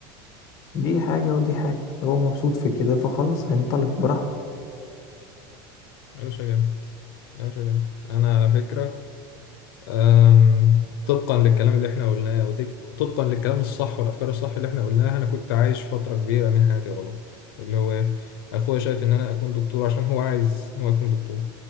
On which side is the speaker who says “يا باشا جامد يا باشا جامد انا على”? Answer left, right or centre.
Left